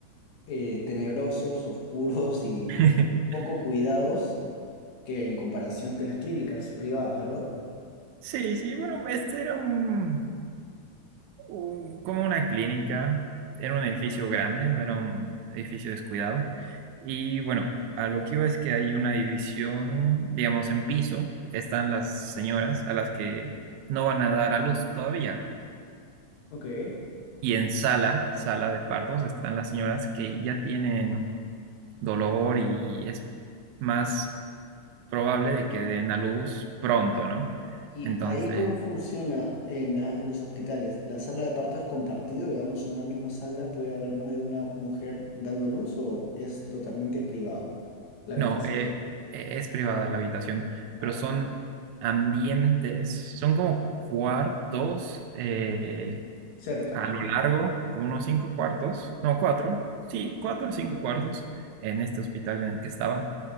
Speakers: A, on the left (about 70°); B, on the right (about 80°).
A: eh, tenebrosos, oscuros y
B: <laughs>
A: poco cuidados que en comparación que las clínicas privadas, ¿verdad?
B: Sí, sí, bueno, este era un, un- como una clínica, era un edificio grande, no era un edificio descuidado. Y bueno, a lo que iba es que hay una división, digamos, en piso, están las señoras a las que no van a dar a luz todavía.
A: Ok.
B: Y en sala, sala de partos, están las señoras que ya tienen dolor y es más probable de que den a luz pronto, ¿no?
A: ¿Y
B: Entonces,
A: ahí cómo funciona en, la- en los hospitales? ¿La sala de parto es compartido? Digamos, en una misma sala puede haber más de una mujer dando a luz o es totalmente privado la
B: no,
A: habitación.
B: eh, e- es privada la habitación,
A: Ah,
B: pero son
A: ok.
B: ambientes, son como cuartos eh,
A: Cerca.
B: a lo largo, como unos cinco cuartos, no, cuatro, sí, cuatro o cinco cuartos en este hospital en el que estaba,